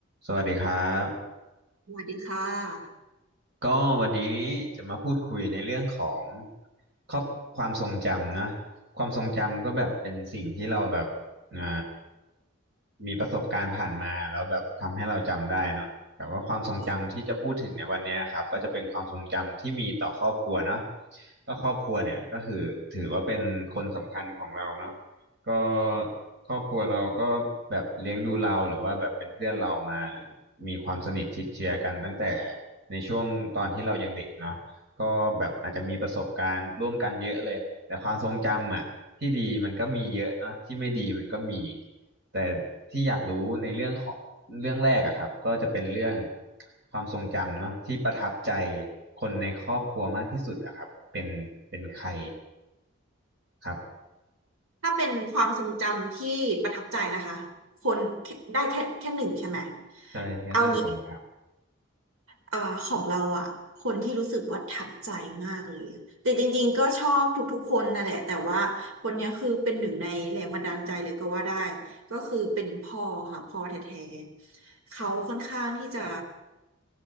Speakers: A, on the right; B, on the right.
A: สวัสดีครับ
B: สวัสดีค่ะ
A: ก็วันนี้จะมาพูดคุยในเรื่องของครอบความทรงจำนะความทรงจำก็แบบเป็นสิ่งที่เราแบบอ่ามีประสบการณ์ผ่านมาแล้วแบบทำให้เราจำได้เนาะแต่ว่าความทรงจำที่จะพูดถึงในวันเนี้ยครับก็จะเป็นความทรงจำที่มีต่อครอบครัวเนาะ
B: ค่ะ
A: ก็ครอบครัวเนี่ยก็คือถือว่าเป็นคนสำคัญของเราเนาะ ก็ครอบครัวเราก็แบบเลี้ยงดูเราหรือว่าแบบเป็นเพื่อนเรามาหรือมีความสนิทชิดเชื้อกันตั้งแต่ในช่วงตอนที่เรายังเด็กเนาะก็แบบอาจจะมีประสบการณ์ร่วมกันเยอะเลยแต่ความทรงจำอ่ะที่ดีมันก็มีเยอะเนาะที่ไม่ดีมันก็มีแต่ที่อยากรู้ในเรื่องของเรื่องแรกอะครับก็จะเป็นเรื่องความทรงจำเนาะที่ประทับใจคนในครอบครัวมากที่สุดอะครับเป็นเป็นใครครับ
B: ถ้าเป็นความทรงจำที่ประทับใจนะคะ คนแค่ได้แค่แค่หนึ่งใช่ไหม
A: ใช่แค่หนึ่งคนครับ
B: เอางี้เอ่อของเราอ่ะคนที่รู้สึกว่าทับใจมากเลยแต่จริงๆก็ชอบทุกๆคนนั่นแหละ แต่ว่าคนเนี้ยคือเป็นหนึ่งในแรงบันดาลใจเลยก็ว่าได้ ก็คือเป็นพ่อค่ะ พ่อแท้ๆ เขาค่อนข้างที่จะ